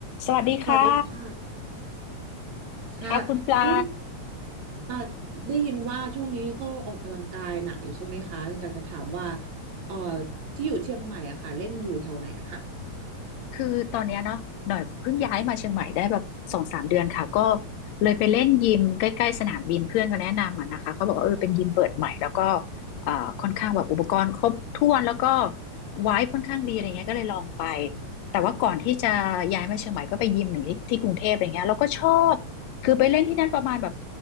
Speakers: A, on the left (about 75°); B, on the right (about 70°).
A: สวัสดีค่ะ
B: สวัสดีค่ะค่ะ
A: ค่ะคุณปลา
B: อุ้มอ่าได้ยินว่าช่วงนี้ก็ออกกำลังกายหนักอยู่ใช่ไหมคะแต่จะถามว่าเอ่อที่อยู่เชียงใหม่อะค่ะเล่นอยู่แถวไหนอะคะ
A: คือตอนเนี้ยเนาะหน่อยเพิ่งย้ายมาเชียงใหม่ได้แบบสองสามเดือนค่ะก็เลยไปเล่นยิมใกล้ๆสนามบินเพื่อนเขาแนะนำอ่ะนะคะเขาบอกว่าเออเป็นยิมเปิดใหม่แล้วก็เอ่อค่อนข้างแบบอุปกรณ์ครบถ้วนแล้วก็ไว้ค่อนข้างดีอะไรเงี้ยก็เลยลองไปแต่ว่าก่อนที่จะย้ายมาเชียงใหม่ก็ไปยิมหนึ่งที่ที่กรุงเทพอะไรเงี้ยแล้วก็ชอบคือไปเล่นที่นั่นประมาณแบบ